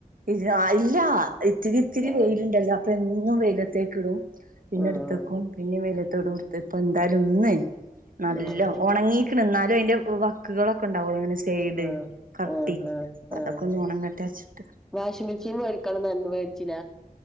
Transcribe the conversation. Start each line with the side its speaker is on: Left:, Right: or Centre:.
Right: ഇല്ല ഇല്ല ഇത്തിരി ഇത്തിരി
Centre: ആഹ്
Right: വെയില്ണ്ടല്ലോ അപ്പന്നും വെയിലെത്തേക്കിടും പിന്നെ
Centre: ആഹ്
Right: ട്ത്തക്കും പിന്നിം വെയിലെത്തിടും ത്പ്പൊ ന്തായാലും ന്ന് നല്ല
Centre: ആഹ്
Right: ഉണങ്ങി ക്കണ് എന്നാലും അയ്ന്റെ വക്കുകളൊക്കെ ണ്ടാവുള്ളൂ ങ്ങന സൈഡ്
Centre: ആഹ്
Right: കട്ടി
Centre: ആഹ് ആഹ്
Right: അതൊക്കെ
Centre: ആഹ്
Right: ഒണങ്ങട്ടെ ച്ചിട്ട്
Centre: വാഷിംഗ് മെഷീൻ വേടിക്കണന്ന് വേടിച്ചില